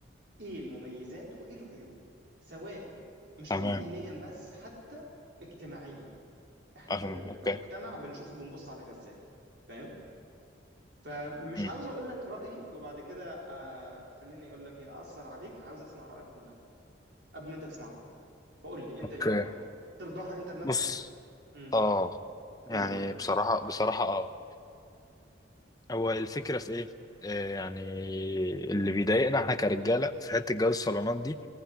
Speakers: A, on the right; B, on the left.
A: إيه المميزات وإيه العيوب سواء مش
B: تمام
A: هقول دينيا بس حتى اجتماعيا إحنا
B: عشان
A: في كمجتمع
B: اوكي
A: بنشوف بنبص عليها إزاي فاهم فمش
B: امم
A: عاوز اقول لك رايي وبعد كده آه خليني اقول لك ايه اثر عليك عاوز اسمع رايك من الاول قبل ما انت تسمع رايي فقول لي انت
B: اوكي
A: ايه رايك ترضاها انت لنفسك
B: بص
A: امم
B: اه يعني
A: قول لي
B: بصراحة بصراحة اه هو الفكرة في ايه؟ آه يعني اللي بيضايقنا احنا كرجالة في حتة جواز الصالونات دي